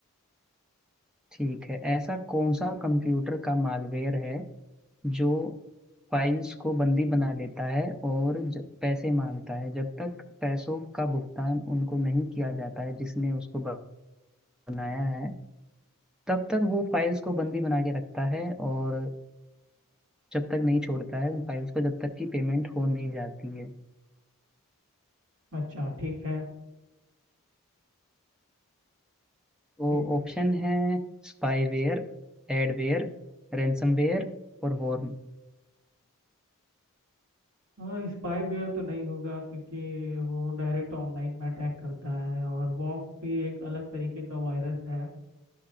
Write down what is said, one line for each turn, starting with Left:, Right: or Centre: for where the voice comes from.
Centre: ठीक है ऐसा कौन सा कंप्यूटर का मालवेयर है जो फाइल्स को बंदी बना लेता है और जब पैसे मांगता है जब तक पैसों का भुगतान उनको नहीं किया जाता है जिसने उसको बनाया है तब तक वो फाइल्स को बंदी बना के रखता है और जब तक नहीं छोड़ता है उन फाइल्स को जब तक कि पेमेंट हो नहीं जाती है
Right: अच्छा ठीक है
Centre: तो
Right: ठीक है ठीक
Centre: ऑप्शन है स्पाईवेयर एडवेयर रैंसमवेयर और वॉर्म
Right: हाँ स्पाईवेयर तो नहीं होगा क्योंकि वो डायरेक्ट ऑनलाइन में अटैक करता है और वॉर्म भी एक अलग तरीके का वायरस है